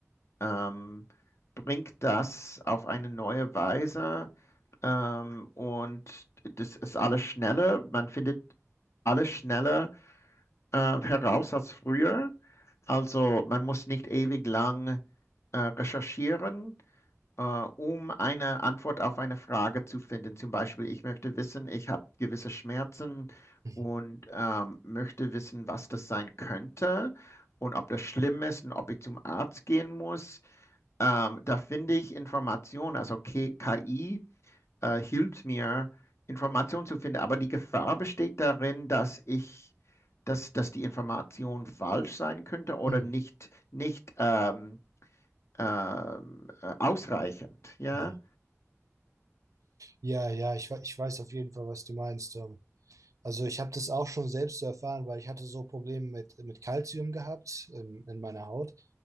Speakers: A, on the left; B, on the right.
A: ähm, bringt das auf eine neue Weise. Ähm, und das ist alles schneller. Man findet alles schneller äh, heraus als früher. Also man muss nicht ewig lang äh, recherchieren äh, um eine Antwort auf eine Frage zu finden. Zum Beispiel, ich möchte wissen, ich habe gewisse Schmerzen
B: Mhm.
A: und ähm, möchte wissen, was das sein könnte und ob das schlimm ist und ob ich zum Arzt gehen muss. Ähm, da finde ich Informationen, also K- KI äh, hilft mir, Informationen zu finden, aber die Gefahr besteht darin, dass ich Dass, dass die Information falsch sein könnte oder
B: Mhm.
A: nicht, nicht ähm, ähm, äh, ausreichend. Ja?
B: Mhm. Ja, ja, ich, we- ich weiß auf jeden Fall, was du meinst. Ähm, Also ich habe das auch schon selbst zu erfahren, weil ich hatte so Probleme mit, mit Kalzium gehabt ähm, in meiner Haut.